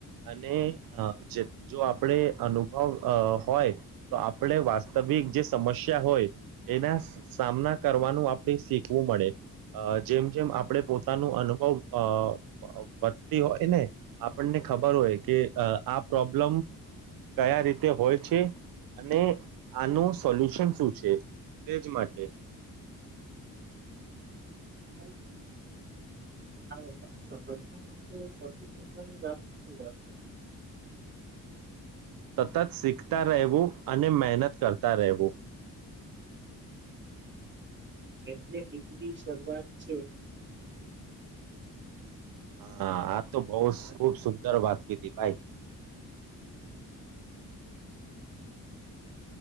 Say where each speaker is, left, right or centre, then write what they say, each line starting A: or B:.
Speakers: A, on the right (about 85°); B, on the right (about 35°).
A: અને અ જ જો આપણે અનુભવ હોય અ તો આપણે વાસ્તવિક વિકજે સમસ્યા હોય એના સામના કરવાનું આપણે શીખવું મળે અ જેમ જેમ આપણે પોતાનું અનુભવ અ વધતી હોય ને આપણને ખબર હોય કે અ આ પ્રોબ્લેમ કયા રીતે હોય છે અને આનું સોલ્યુશન શું છે તેજ માટે
B: ભાઈ આવ બ સફળતા માટે સૌથીવાની બાબત શું હોય છે
A: સતત શીખતા રહેવું અને મહેનત કરતા રહેવું
B: <unintelligible> <inaudible> એટલે ડિગ્રી શરૂઆત છે આમ
A: હા આજ તો બહુ ખુબ સુંદર વાત કીધી ભાઈ
B: <unintelligible> <inaudible>